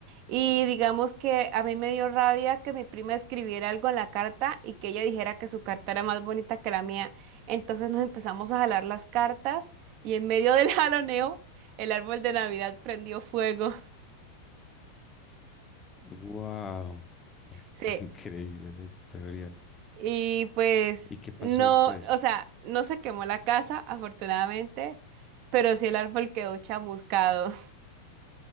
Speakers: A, on the right; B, on the left.
A: Y digamos que a mí me dio rabia que mi prima escribiera algo en la carta y que ella dijera que su carta era más bonita que la mía. Entonces nos empezamos a jalar las cartas y en medio del <laughs> jaloneo, el árbol de Navidad prendió fuego. <laughs>
B: ¡Wow! Está
A: Sí,
B: <laughs> increíble esa historia.
A: Y pues
B: ¿Y qué pasó
A: no,
B: después?
A: o sea, no se quemó la casa, afortunadamente, pero sí el árbol quedó chamuscado. <laughs>